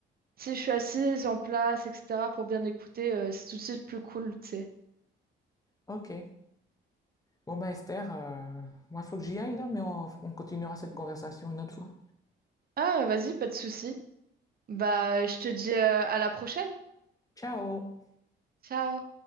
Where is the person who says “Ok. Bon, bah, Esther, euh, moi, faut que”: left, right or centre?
Left